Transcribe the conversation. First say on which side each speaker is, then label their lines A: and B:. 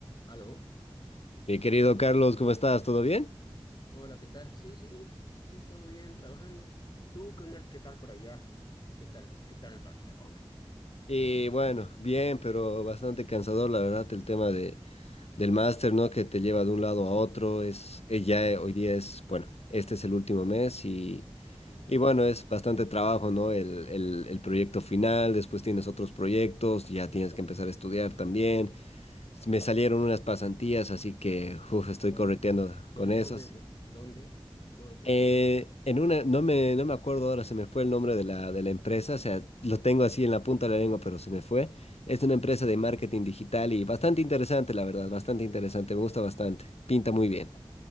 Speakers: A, on the left; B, on the left.
A: Aló,
B: Mi querido Carlos, ¿cómo estás? ¿Todo bien?
A: hola, ¿qué tal? Sí, sí, sí, todo bien, trabajando. ¿Tú qué onda? ¿Qué tal por allá? ¿Qué tal? ¿Qué tal Barcelona?
B: Y bueno, bien, pero bastante cansador, la verdad, el tema de, del máster, ¿no? Que te lleva de un lado a otro. Es, eh, ya eh, hoy día es, bueno, este es el último mes y,
A: Ujú.
B: y bueno, es bastante trabajo, ¿no? El, el, el proyecto final, después tienes otros proyectos, ya tienes que empezar a estudiar también. Me salieron unas pasantías, así que, uf, estoy
A: Oh,
B: correteando con
A: ¿dónde,
B: eso.
A: dónde,
B: sí.
A: dónde? ¿Dónde te
B: Eh,
A: salió?
B: en una, no me, no me acuerdo ahora, se me fue el nombre de la, de la empresa, o sea, lo tengo así en la punta de la lengua, pero se me fue. Es una empresa
A: Ujú.
B: de marketing digital y bastante interesante, la verdad, bastante interesante, me gusta bastante, pinta muy bien.